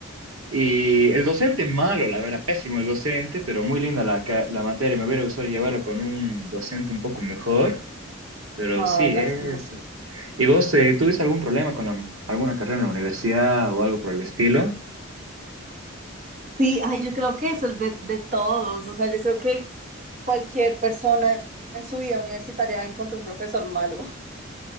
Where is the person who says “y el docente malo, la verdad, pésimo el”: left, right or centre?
Right